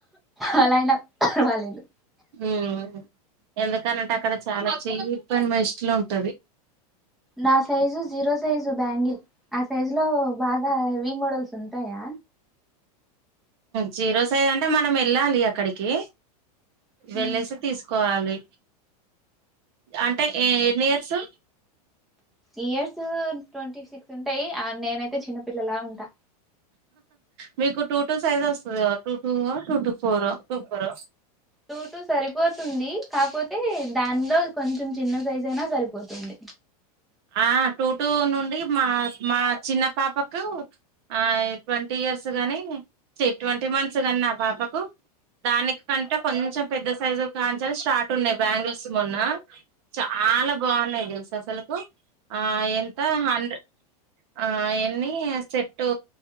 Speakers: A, in the centre; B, on the right.
A: అలా అయినా పర్వాలేదు
B: మ్ ఎందుకనంటే అక్కడ చాలా చేయపోయిన మయిష్ట్ లో ఉంటది
A: నా సైజు జీరో సైజు బ్యాంగిల్ ఆ సైజు లో బాగా హెవీ మోడల్స్ ఉంటాయా
B: జీరో సైజ్ అంటే మనం వెళ్ళాలి అక్కడికి
A: హ్మ్
B: వెళ్ళసి తీసుకోవాలి అంటే ఎన్ని ఇయర్సు
A: ఇయర్స్ ట్వంటీ సిక్స్ ఉంటాయి నేనైతే చిన్నపిల్లలా ఉంటా
B: మీకు టూ టూ సైజ్ వస్తది గావ టూ టూ వో టూ టూ ఫోరో టూ ఫోరో
A: టూ టూ సరిపోతుంది కాకపోతే దానిలో కొంచెం చిన్న సైజ్ అయినా సరిపోతుంది
B: ఆ టూ టూ నుండి మా మా చిన్న పాపకు ఆ ట్వంటీ ఇయర్స్ గాని ఛీ ట్వంటీ మంత్స్ గాని నా పాపకు దాని కంటే కొంచెం పెద్ద సైజు కాంచెల స్టార్ట్ ఉన్నాయి బ్యాంగిల్స్ మొన్న చాలా బావున్నాయి తెలుసా అసలుకు ఆ ఎంత హండ్రె ఆ ఎన్ని సెటూ